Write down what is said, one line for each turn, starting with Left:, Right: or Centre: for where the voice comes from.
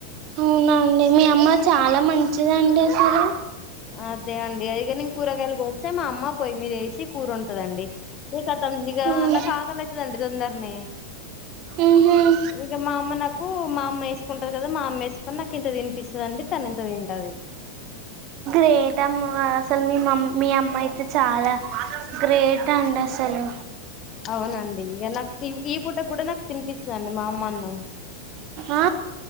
Right: అవునండి మీ అమ్మ చాలా మంచిదండి అసలు
Left: అదే అండి ఇగ నేన్ కూరగాయలు కోస్తే మా అమ్మ పోయి మీద ఏసి కూర వండుతదండి ఇక తొ ఇగా
Right: ఉమ్
Left: నాకు ఆకలి అవుతుదండి తొందరనే
Right: ఉహు
Left: ఇక మా అమ్మ నాకు మా అమ్మ వేసుకుంటాది కదా మా అమ్మ వేసుకొని నాకు ఇంత తినిపిస్తుదిండి తను ఇంత తింటది
Right: ఏటమ్మో అసలు మీ మ మీ అమ్మా అయితే చాలా గ్రేట్ అండి అసలు
Left: అవునండి ఇక నాకు ఈ పూట కూడా నాకు తినిపిస్తదండి మా అమ్మ అన్నం
Right: ఆ